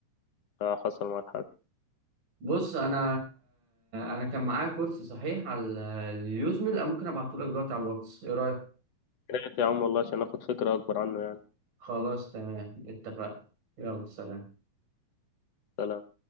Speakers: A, on the left; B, on the right.
A: آه، حصل معاك حاجة
B: بص أنا أنا كان معايا كورس صحيح على اليوزميل أنا ممكن أبعتهولك دلوقتي على الواتس إيه رأيك؟
A: يا ريت يا عم والله عشان آخد فكرة أكبر عنه يعني
B: خلاص تمام اتفقنا يلا سلام
A: سلام